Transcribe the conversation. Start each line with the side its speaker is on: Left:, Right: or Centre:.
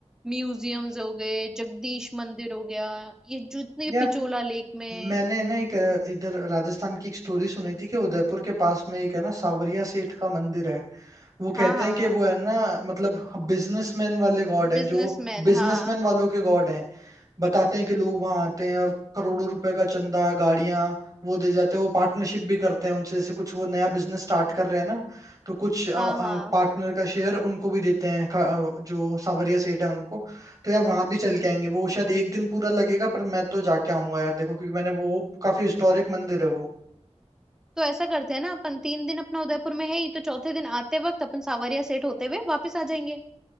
Centre: म्यूजियम्स हो गए जगदीश मंदिर हो गया ये जो इतनी भी
Right: यार
Centre: पिचोला लेक में
Right: मैंने ना एक अ, इधर राजस्थान की एक स्टोरी सुनी थी कि उदयपुर के पास में एक है ना सांवरिया सेठ का मंदिर है वो
Centre: हाँ
Right: कहते
Centre: हाँ
Right: हैं कि वो है ना मतलब बिजनेसमैन वाले गॉड हैं
Centre: बिजनेसमैन
Right: जो बिजनेसमैन
Centre: हाँ
Right: वालों के गॉड हैं बताते हैं कि लोग वहां आते हैं और करोड़ों रुपए का चंदा गाड़ियां वो दे जाते हैं वो पार्टनरशिप भी करते हैं उनसे जैसे कुछ वो नया बिजनेस स्टार्ट कर रहे हैं ना तो कुछ
Centre: हाँ हाँ
Right: पार्टनर का शेयर उनको भी देते हैं खा- अ, जो सांवरिया सेठ है उनको तो यार वहां भी चल के आएंगे वो शायद एक दिन पूरा लगेगा पर मैं तो जाके आऊंगा यार देखो क्योंकि मैंने वो वो काफी हिस्टोरिक मंदिर है वो
Centre: तो ऐसा करते हैं ना अपन तीन दिन अपना उदयपुर में है ही तो चौथे दिन आते वक्त अपन सावरिया सेट होते हुए वापस आ जाएंगे